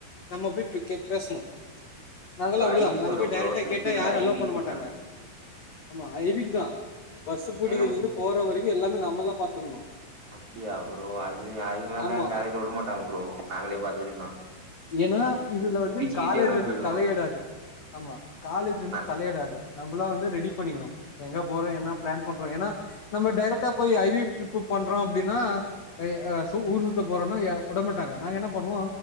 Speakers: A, on the left (about 50°); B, on the right (about 30°).
A: நம்ம போய் இப் கே பேசணு நாங்கலா
B: ப்ரோ
A: அப்படிதா
B: ஐ வி
A: நாங்க
B: சொல்றே
A: போய் டேரக்டா
B: ப்ரோ ட்ரிப்
A: கேட்டா
B: இல்ல
A: யாரு அலோ
B: ஐ வி
A: பண்ண
B: சொல்றே
A: மாட்டாங்க ஆமா ஐவிக்குதா பஸ்ஸு புடிக்கிற்லிந்து
B: எங்க
A: போற வரைக்கு எல்லாமே நம்மல்லா பாத்துக்கணு
B: அப்படியா ப்ரோ அது அது மாரிலா
A: ஆமா
B: எங் காலேஜில வுட மாட்டாங்க ப்ரோ நாங்களே பாத்துகித்து
A: ஏனா இதுல வந்து
B: கீச்சு
A: காலேஜ்
B: எங்கனா
A: வந்து
B: போயிடுவோ
A: தலையிடாது ஆமா காலேஜ் வந்து
B: நா
A: தலையிடாது நம்பளா வந்து ரெடி பண்ணிக்கணு எங்க போறோ என்ன ப்ளான் பண்றோ ஏனா நம்ம டேரக்டா போயி ஐவி ட்ரிப்பு பண்றோ அப்டின்னா ஐ அ சு ஊருசுத்த போறோன்னா ய உடமாட்டாங்க நாங்க என்ன பண்ணுவோ